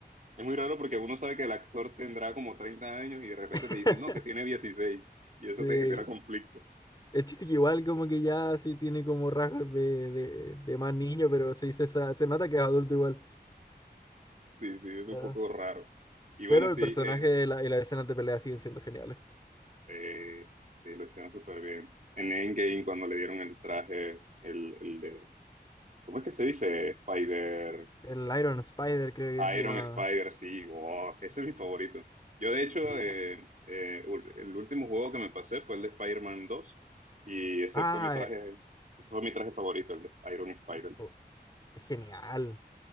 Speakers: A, on the right; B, on the left.
A: Es muy raro porque uno sabe que el actor tendrá como 30 años y de repente
B: <laughs>
A: te dicen, no, que tiene dieciséis Y eso
B: Sí.
A: te genera conflicto.
B: El chiste que igual como que ya sí tiene como rasgos de, de, de más niño, pero sí se, sa- se nota que es adulto igual.
A: Sí, sí, es un
B: Claro.
A: poco raro. Y bueno,
B: Pero
A: sí,
B: el personaje
A: eh,
B: y la, y las escenas de pelea siguen siendo geniales.
A: eh, sí, lo hicieron súper bien. En Endgame, cuando le dieron el traje, el, el de, ¿cómo es que se dice? Spider.
B: El Iron Spider creo que se
A: Iron
B: llama.
A: Spider, sí, wow, ese es mi favorito. Yo, de hecho,
B: Sí.
A: eh, eh, ul- el último juego que me pasé fue el de Spider-Man 2 y ese
B: Ah,
A: fue mi traje,
B: eh,
A: ese fue mi traje favorito, el de Iron Spider.
B: oh, es genial.